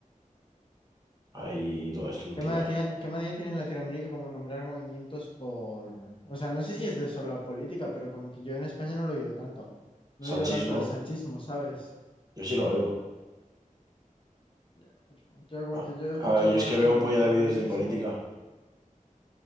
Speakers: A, on the right; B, on the left.
A: Ahí todo destructiva.
B: ¿Qué manía tiene, qué manía tiene en Latinoamérica como nombrar movimientos por... O sea, no sé si es de solo la política, pero como que yo en España no lo he oído tanto. No he
A: Sanchismo,
B: oído tanto el sanchismo, ¿sabes?
A: yo sí lo oigo.
B: Ya. pues, Yo como
A: A,
B: que yo
A: a
B: he escuchado
A: ver, yo
B: más
A: es que veo
B: como
A: un puñado
B: el correísmo.
A: de vídeos de política.